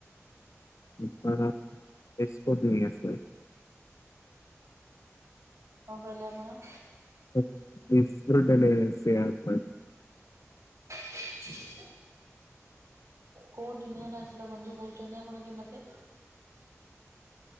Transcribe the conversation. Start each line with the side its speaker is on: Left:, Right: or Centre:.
Left: <unintelligible> ଏକ୍ସପଟ ନେଇଆସିବେ।
Right: କଁ କହିଲେ ଆପଣ?
Left: <unintelligible> ନେଇ ଆସିଆ ପାଇଁ।
Right: <inaudible> କୋଉ ଦୁନିଆରେ ଆସିଲ ବନ୍ଧୁ କହୁଚନ୍ତି ଆପଣ କି ମତେ?